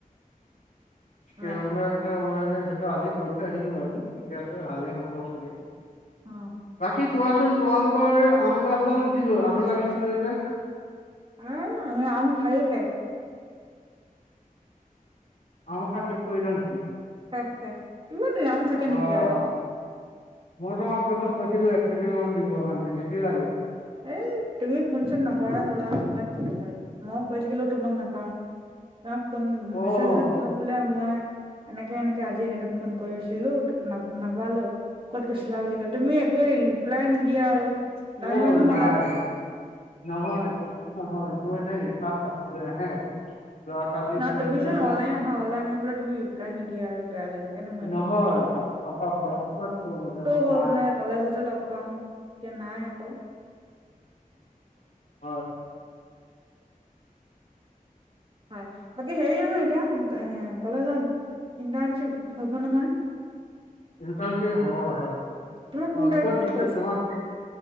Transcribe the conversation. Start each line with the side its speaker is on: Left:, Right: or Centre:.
Left: কেও
Right: হয় হয়
Left: মে মই বোলে সেইটো আজি কৈ থৈ আহিলো বাৰু, তেতিয়াতো ভালে হ'ব চাগে।
Right: অ
Left: বাকী কোৱাচোন তোমালোকৰ আম গছডাল কি হ'ল, আম লাগিছিলে যে?
Right: এ, আমি আম খায়ে শেষ।
Left: আম খাই শেষ কৰিলা নেকি?
Right: শেষ শেষ, এইবোৰ দিনো আম থাকে
Left: অ',
Right: নেকি আৰু।
Left: মই তোমাক দেখোন কৈছিলো এক কেজিমান দিবৰ কাৰণে, নিদিলা দেখোন।
Right: এই তুমি ফোন চোন নকৰা হ'লা মোৰ গাত কি দোষ আৰু। মই কৈ থাকিলোও তোমাক নাপাও, তোমাক ফোন
Left: অ',
Right: মেছেজো দিওঁ বোলে মই এনেকে এনেকে আজি এনেকে ফোন কৰিছিলো, তোক নাপালো। ক'ত গৈছিলা বুলি কয়, তুমি একো ৰিপ্লাই নিদিয়া আৰু। দামী
Left: অ'
Right: মানুহ
Left: নাই।
Right: হ'লা
Left: নহয়, বেছি নহয়, মোৰ মানে ৰিচাৰ্জ নাছিলে হে। যোৱাকালি
Right: না
Left: কি
Right: তুমিচোন
Left: হৈছে মই
Right: অনলাইন আহা, অনলাইন আহি পেলাই তুমি ৰিপ্লাই নিদিয়া আৰু বেয়া লাগে কাৰণে মই একো
Left: নহয়
Right: ন
Left: <unintelligible> হটস্পট লওঁ মানে মই নোৱাৰা।
Right: হ'ল বোলে কলেজতে লগ পাও, এতিয়া নাই আকৌ।
Left: হয়।
Right: হয়, বাকী হেৰি নহয় এতিয়া, কলেজত ইণ্টাৰ্ণশ্বিপ হ'ব নহয়।
Left: ইটাৰ্ণচিপ হব হয়। তোমাক
Right: তোমাৰ কোন তাৰিখে
Left: ক'ত দিছে
Right: পৰিছে
Left: তোমাক?